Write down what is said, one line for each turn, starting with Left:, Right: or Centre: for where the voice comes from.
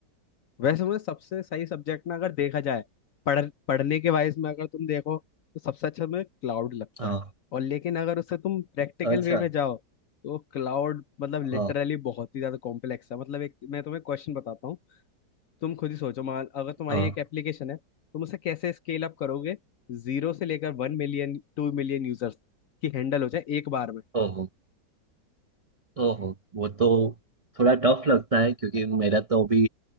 Left: वैसे मुझे सबसे सही सब्जेक्ट ना अगर देखा जाए पढ़ पढ़ने के वाइज में अगर तुम देखो तो सबसे अच्छा मुझे क्लाउड लगता
Right: हाँ
Left: है और लेकिन अगर उससे तुम प्रैक्टिकल
Right: अच्छा
Left: वे में जाओ तो क्लाउड मतलब लिटरली
Right: हाँ
Left: बहुत ही ज्यादा कॉम्प्लेक्स है मतलब एक मैं तुम्हें क्वेश्चन बताता हूँ तुम खुद ही सोचो मान अगर तुम्हारी
Right: हाँ
Left: एक एप्लीकेशन है तुम उसे कैसे स्केल अप करोगे जीरो से लेकर वन मिलियन टू मिलियन यूजर्स की हैंडल हो जाए एक बार में
Right: ओहो ओहो वो तो थोड़ा टफ लगता है क्योंकि मेरा तो अभी